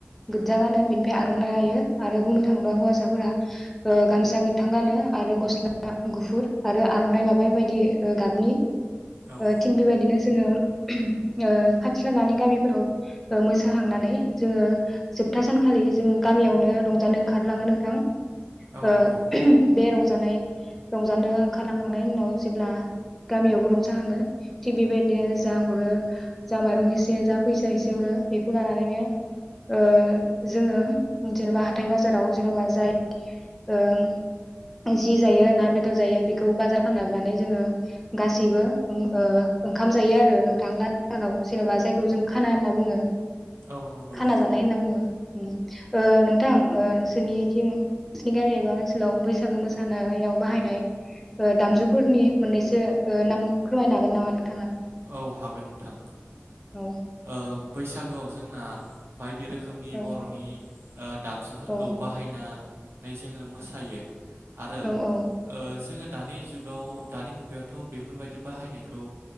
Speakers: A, in the centre; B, on the right.
A: गोदजा गानो बिनिफाय आर'नाइ लायो। आरो बुंनो थाङोबा हौवासाफोरा ओ गामसा गोथां गानो आरो गस्ला गुफुर आरो आर'नाइ लाबाय बायदि गाबनि।
B: औ
A: ओ थिग बिबायदिनो जोङो ओ खाथि खालानि गामिफोरआव मोसाहांनानै जोङो जोबथा सानखालि जों गामिआवनो रंजानो ओंखारलाङो नोंथां। ओ
B: नंगौ
A: बे रं जानाय रंजानो ओंखारलांखांनायनि उनाव जेब्ला एह गामिआवबो रंजाहांङो थिग बेबायदिनो जा हरो जा माइरं एसे जा फैसा एसे हरो बेखौ लानानैनो उह जोङो जेनबा हाथाइ बाजाराव जेनबा जाय उह जि जायो ना बेदर जायो बिखौ बाजार खलमना दोनानै जोङो गासैबो उम उह ओंखाम जायो आरो नोंथां लास सानाव जेनबा जायखौ जों खाना होनना बुङो
B: औ नंगौ
A: खाना जानाय होनना बुङो। ओ नोंथां उह नोंसोरनिथिं नोंसिनि गामि एबा ओनसोलाव बैसागो मोसानाआव बाहायनाय दामजुफोरनि मोननैसो उह नाम फोरमायनो हागोन नामा नों
B: औ हागोन नोंथां
A: औ
B: ओम बैसागोआव जोंना बायदि रोखोमनि
A: औ
B: बर'नि ओ दामजुफोरखौ
A: औ
B: बाहायना नै जोङो मोसायो। आरो ओ
A: औ औ
B: जोङो दानि जुगाव दानि मुगायावथ' बेफोरबायदि बाहायनायखौ